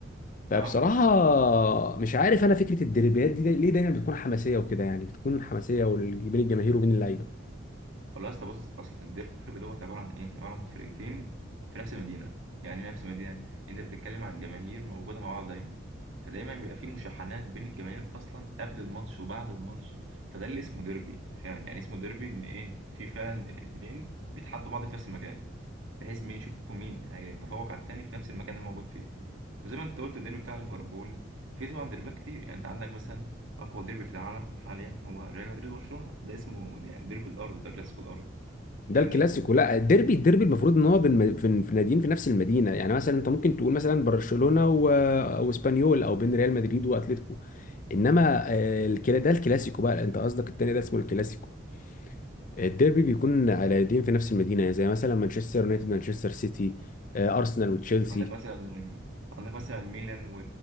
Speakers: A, on the left; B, on the right.
A: فبصراحة
B: اه
A: مش عارف أنا فكرة الديربيات دي ليه دايما بتكون حماسية وكده يعني بتكون حماسية وال- بين الجماهير وبين اللعيبة
B: والله يا اسطى بص اصل الديربي دوت عباره عن ايه عباره عن فرقتين في نفس المدينه يعني إيه نفس المدينه انت بتتكلم عن جماهير موجوده مع بعض دايما فدايما بيبقى في مشاحنات بين الجماهير اصلا قبل الماتش وبعد الماتش فده اللي اسمه ديربي فعلا يعني اسمه ديربي ان ايه في فعلا اتنين بيتحدوا بعض في نفس المكان بحيث مين يشوفوا مين هيتفوق على التاني في نفس المكان اللي موجود فيه وزي ما انت قلت الديربي بتاع ليفربول في طبعا ديربيات كتير يعني انت عندك مثلا اقوى ديربي في العالم حاليا هو ريال مدريد وبرشلونه ده اسمه يعني ديربي الارض ده كلاسيكو الارض
A: ده
B: فاهمني
A: الكلاسيكو لا الديربي الديربي المفروض إن هو بين م- في في ناديين في نفس المدينة يعني مثلا أنت ممكن تقول مثلا برشلونة و- وإسبانيول أو بين ريال مدريد وأتليتيكو إنما آه، الكلا ده الكلاسيكو بقى أنت قصدك التاني ده اسمه الكلاسيكو الديربي بيكون على ناديين في نفس المدينة زي مثلا مانشستر يونايتد مانشستر سيتي آه، أرسنال وتشيلسي
B: عندك مثلا عندك مثلا ميلان و...